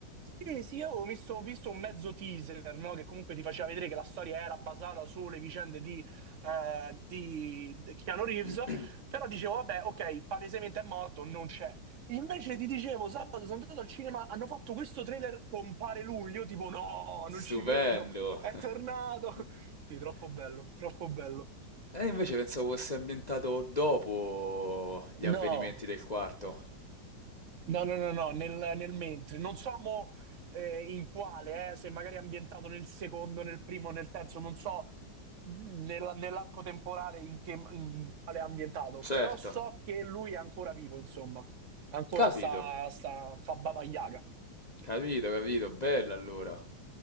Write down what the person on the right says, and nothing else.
sì, sì, io avevo visto, visto un mezzo teaser, no? Che comunque ti faceva vedere che la storia era basata sulle vicende di, eh, di Keanu Reeves,
però dicevo, vabbè, ok, palesemente è morto, non c'è. Invece ti dicevo, sabato sono andato al cinema, hanno fatto questo trailer con Pare Lui, io tipo no, non
ci credo, è tornato. <laughs>
Sì, troppo bello, troppo bello.
No,
no, no, no, no, nel, nel mentre. Non so mo, eh, in quale, eh, se magari è ambientato nel secondo, nel primo, nel terzo, non so nella- nell'arco temporale in che, in quale è ambientato,
però so che lui è ancora vivo, insomma, ancora
sta, sta, fa Baba Yaga.